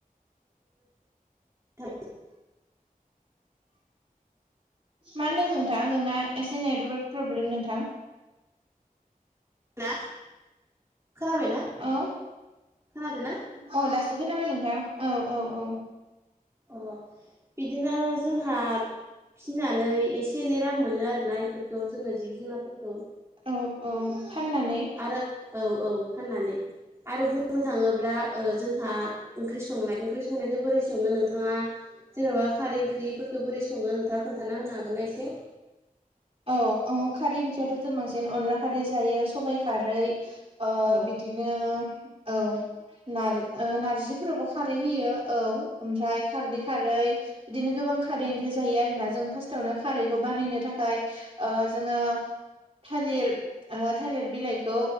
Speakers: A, on the right; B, on the right.
A: बिदिना
B: मा होनदों नोंथां नोंना एसे नेटवारक प्रब्लेम नोंथां।
A: ना खोनाबाय ना
B: औ
A: खोनादों ना?
B: औ दासो खोनाबाय नोंथां औ औ औ।
A: अ बिदिनो जोंहा फिसिनानै एसे एनै रां मोनो आरोना इफोरखौ जोङो जिब जुनारफोरखौ।
B: औ औ फाननानै।
A: आरो औ औ फाननानै आरो बुंनो थाङोब्ला जोंहा ओंख्रि संनाय ओंख्रि संनायखौ बोरै सङो नोंथाङा जेन'बा खारै ओंख्रिफोरखौ बोरै सङो नोंथाङा खोन्थाना होनो हागोन ना एसे?
B: औ औ खारै ओंख्रियावथ' बांसिन अनला खारै जायो सबाइ खारै ओ
A: औ
B: बिदिनो औ। नार नारजिफोरावबो खारै होयो औ ओमफ्राय खारदै खारै बिदिनो गोबां खारै ओंख्रि जायो आरो ना जों फार्स्टावनो खारैखौ बानायनो थाखाय ओ जोङो थालिर थालिर बिलाइखौ